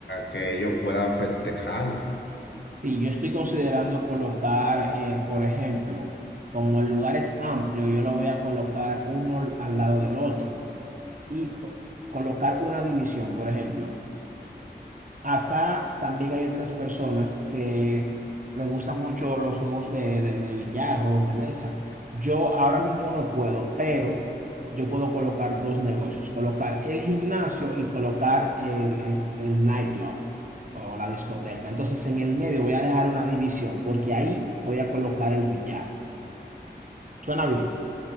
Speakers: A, on the left; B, on the right.
A: que ellos puedan festejar.
B: Sí, yo estoy considerando colocar, eh, por ejemplo, como el lugar es amplio, yo lo voy a colocar uno al lado del otro y po- colocar una división, por ejemplo. Acá también hay otras personas que les gustan mucho los juegos de, de, de billar, juegos de mesa. Yo ahora mismo no puedo, pero yo puedo colocar dos negocios, colocar el gimnasio y colocar el, el, el nightclub o la discoteca. Entonces en el medio voy a dejar una división porque ahí voy a colocar el billar. ¿Suena bien?